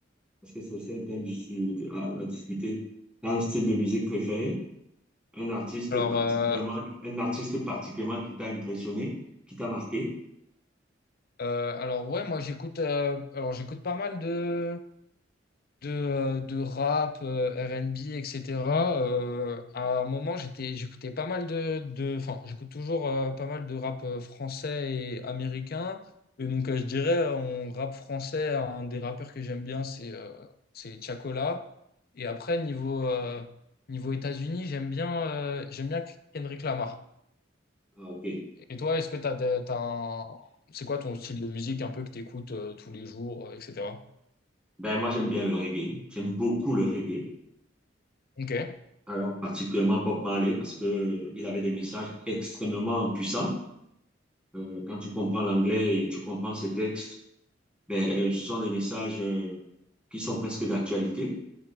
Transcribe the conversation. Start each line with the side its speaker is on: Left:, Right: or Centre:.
Centre: parce que c'est aussi un thème du- su- de- à, à discuter, t'as un style de musique préféré, un artiste
Left: Alors,
Centre: particulièrement,
Left: euh,
Centre: un artiste particulièrement qui t'a impressionné, qui t'a marqué.
Left: euh, alors ouais, moi j'écoute euh, alors j'écoute pas mal de de, euh, de rap, euh, R&B, etc. Euh, à un moment, j'étais, j'écoutais pas mal de, de, enfin, j'écoute toujours euh, pas mal de rap euh, français et américain. Et donc, euh, je dirais, euh, en rap français, un des rappeurs que j'aime bien, c'est euh, c'est Tiakola. Et après, niveau, euh, niveau États-Unis, j'aime bien, euh, j'aime bien Kendrick Lamar.
Centre: Ah, ok.
Left: Et toi, est-ce que t'as, de- t'as un... c'est quoi ton style de musique un peu que t'écoutes écoutes tous les jours, euh, etc.
Centre: Ben, moi, j'aime bien le reggae. J'aime beaucoup le reggae.
Left: Ok,
Centre: Alors, particulièrement Bob Marley, parce que euh, il avait des messages extrêmement puissants. Euh, quand tu comprends l'anglais et tu comprends ces textes, ben, euh, ce sont des messages euh, qui sont presque d'actualité